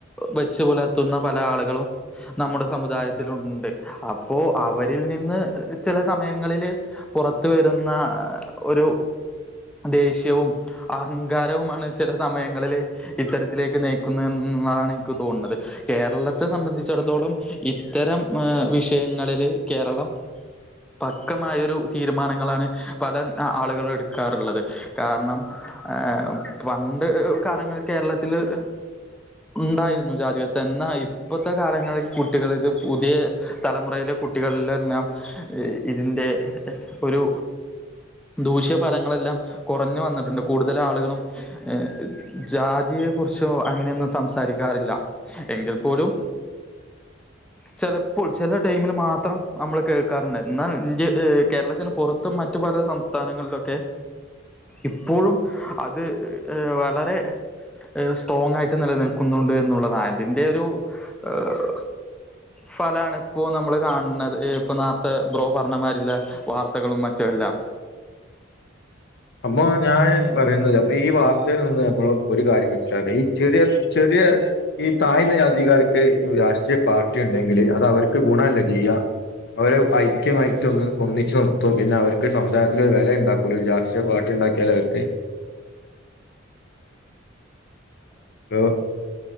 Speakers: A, in the centre; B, on the left (about 55°).
A: വച്ചു പുലർത്തുന്ന പല ആളുകളും നമ്മുടെ സമുദായത്തിലുണ്ട് അപ്പോ അവരിൽ നിന്ന് ചില സമയങ്ങളില് പുറത്ത് വരുന്ന ഒരു ദേഷ്യവും അഹങ്കാരവുമാണ് ചില സമയങ്ങളില് ഇത്തരത്തിലേക്ക് നയിക്കുന്നത് എന്നുള്ളതാണ് എനിക്ക് തോന്നുന്നത് കേരളത്തെ സംബന്ധിച്ചിടത്തോളം ഇത്തരം ഏ വിഷയങ്ങളില് കേരളം പക്കമായൊരു തീരുമാനങ്ങളാണ് പല ആളുകളും എടുക്കാറുള്ളത് കാരണം ഏ പണ്ട് കാലങ്ങളിൽ കേരളത്തില് ഉണ്ടായിരുന്നു ജാതി വ്യവസ്ഥ എന്നാ ഇപ്പ ത്തെ കാലങ്ങളിൽ കുട്ടികള് ഇത് പുതിയ തലമുറയിലെ കുട്ടികളിലെന്നെ ഇതിൻ്റെ ഒരു ദൂഷ്യ ഫലങ്ങളെല്ലാം കുറഞ്ഞു വന്നിട്ടുണ്ട് കൂടുതൽ ആളുകളും ഏ ജാതി യെ കുറിച്ചോ അങ്ങനെയൊന്നും സംസാരിക്കാറില്ല എങ്കിൽ പോലും ചെലപ്പോൾ ചെല ടൈമിൽ മാത്രം നമ്മൾ കേൾക്കാറുണ്ട് എന്നാൽ ഇന്ത്യ കേരളത്തിന് പുറത്തും മറ്റു പല സംസ്ഥാനങ്ങളിലൊക്കെ ഇപ്പോഴും അത് വളരെ സ്ട്രോങ് ആയിട്ട് നിലനിൽക്കുന്നുണ്ട് എന്നുള്ളതാ അതിൻറെ ഒരു ഏഹ് ഫലാണ് ഇപ്പോ നമ്മള് കാണുന്നത് ഇപ്പൊ നോർത്തെ ബ്രോ പറഞ്ഞമാരില്ലൊ വാർത്തകളും മറ്റ് എല്ലാം
B: <inaudible> അപ്പോ ഞാൻ പറയുന്നത് അപ്പൊ ഈ വാർത്തയിൽ നിന്ന് നമ്മള് ഒരു കാര്യം മനസ്സിലാക്ക ഈ ചെറിയ ചെറിയ റ്റോ ഈ താഴ്ന്ന ജാതിക്കാര് ക്ക്‌ രാഷ്ട്രീയ പാർട്ടി ഇണ്ടങ്കില് അത് അവർക്ക് ഗുണല്ലെ ചെയ്യ അവരെ ഐക്യമായിട്ട് ഒ ഒന്നിച്ചച്ച് നിർത്തും പിന്നെ അവർക്ക് സമുദായത്തിന് ഒരു വെലയുണ്ടാക്കൂല ലാസ്റ്റ് പക്ഷേ പാർട്ടിണ്ടാക്കിയൽ അവർക്ക് ഹലോ